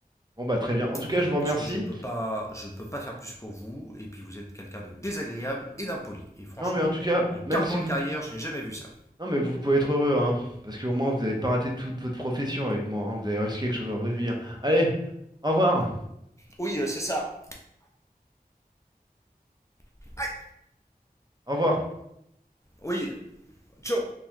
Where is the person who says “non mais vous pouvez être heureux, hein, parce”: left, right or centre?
Right